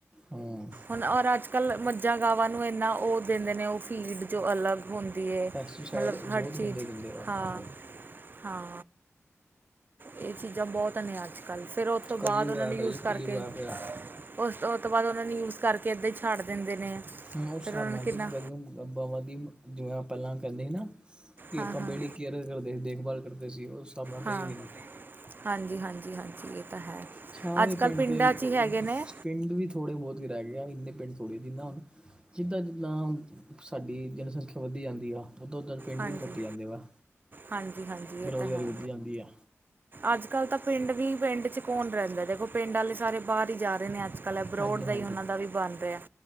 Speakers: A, on the right; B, on the right.
A: ਹਾਂ,
B: ਹੁਣ ਔਰ ਅੱਜ ਕੱਲ੍ਹ ਮੱਝਾਂ ਗਾਵਾਂ ਨੂੰ ਇੰਨਾ ਉਹ ਦਿੰਦੇ ਨੇ ਉਹ ਫੀਡ ਜੋ ਅਲੱਗ ਹੁੰਦੀ ਐ,
A: ਪੈਸਟੀਸਾਈਡ
B: ਮਤਲਬ
A: ਇਹ ਬਹੁਤ
B: ਹਰ ਚੀਜ਼
A: ਗੰਦੇ ਦਿੰਦੇ ਵਾ
B: ਹਾਂ
A: ਆਹੋ
B: ਹਾਂ। ਇਹ ਚੀਜ਼ਾਂ ਬਹੁਤ ਨੇ ਅੱਜ ਕੱਲ੍ਹ ਫਿਰ ਓਤੋਂ
A: ਕਲਯੁਗ
B: ਬਾਅਦ ਉਹਨਾਂ
A: ਐਪ
B: ਨੂੰ ਯੂਜ
A: ਹੈ ਜੀ ਕਲਯੁਗ
B: ਕਰਕੇ।
A: ਐਪ ਹੈ
B: ਉਸ ਉਹ ਤੋਂ ਬਾਦ ਉਹਨਾਂ ਨੂੰ ਯੂਜ ਕਰਕੇ ਇੱਦਾਂ ਈ ਛੱਡ ਦਿੰਦੇ ਨੇ।
A: ਉਹ ਹਿਸਾਬ
B: ਫਿਰ ਉਹਨਾਂ
A: ਨਾਲ
B: ਨੂੰ ਕਿੰਨਾ
A: ਨਾਲ ਜੇ ਗੱਲ ਨੂੰ ਬਵਾਂ ਦੀ ਜਿਵੇਂ ਪਹਿਲਾਂ ਕਹਿੰਦੇ ਸੀ ਨਾ ਕਿ
B: ਹਾਂ
A: ਆਪਾਂ
B: ਹਾਂ
A: ਬੇੜੀ ਕੇਅਰ ਕਰਦੇ ਸੀ ਦੇਖਭਾਲ ਕਰਦੇ ਸੀ ਉਹ ਉਸ ਹਿਸਾਬ ਨਾਲ ਰਈ
B: ਹਾਂ
A: ਨੀ।
B: ਹਾਂਜੀ, ਹਾਂਜੀ, ਹਾਂਜੀ ਇਹ ਤਾਂ ਹੈ।
A: ਸਾਰੇ
B: ਅੱਜ ਕੱਲ੍ਹ
A: ਪਿੰਡ
B: ਪਿੰਡਾਂ
A: ਦੇ
B: 'ਚ ਹੀ ਹੈਗੇ ਨੇ
A: ਪਿੰਡ ਵੀ ਥੋੜ੍ਹੇ ਬਹੁਤ ਈ ਰਹਿ ਗਏ ਆ, ਇੰਨੇ ਪਿੰਡ ਥੋੜ੍ਹੇ ਆ ਜਿੰਨਾ ਹੁਣ, ਜਿੱਦਾਂ-ਜਿੱਦਾਂ ਸਾਡੀ ਜਨਸੰਖਿਆ ਵੱਧੀ ਜਾਂਦੀ ਆ ਉੱਧਰ-ਉੱਧਰ ਪਿੰਡ
B: ਹਾਂਜੀ
A: ਵੀ ਤਾਂ ਕੱਟੇ ਜਾਂਦੇ ਵਾ,
B: ਹਾਂਜੀ ਹਾਂਜੀ
A: ਬੇਰੁਜ਼ਗਾਰੀ
B: ਇਹ ਤਾਂ ਹੈ
A: ਵੱਧੀ ਜਾਂਦੀ ਆ।
B: ਅੱਜ ਕੱਲ੍ਹ ਤਾਂ ਪਿੰਡ ਵੀ ਪਿੰਡ ਚ ਕੌਣ ਰਹਿੰਦਾ, ਦੇਖੋ ਪਿੰਡ ਆਲੇ ਸਾਰੇ ਬਾਰ ਈ ਜਾ ਰਹੇ ਨੇ ਅੱਜ। ਬਰੋਡ
A: ਹਾਂਜੀ
B: ਦਾ
A: ਹਾਂਜੀ
B: ਈ ਉਹਨਾਂ ਦਾ ਵੀ ਬਣ ਰਿਆ